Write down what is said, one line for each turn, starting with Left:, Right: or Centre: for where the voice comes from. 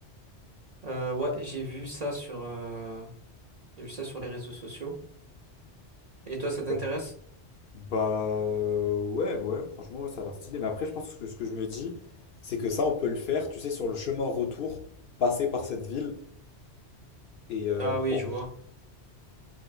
Right: Euh, ouais, j'ai vu ça sur, euh, j'ai vu ça sur les réseaux sociaux. Et toi, ça t'intéresse?
Left: Il Bah euh, ouais, ouais, franchement, ouais, ça a l'air stylé. Mais après, je pense que ce que je me dis, c'est que ça, on peut le faire, tu sais, sur le chemin retour, passer par cette ville et euh,
Right: Ah
Left: pour.
Right: oui, je vois.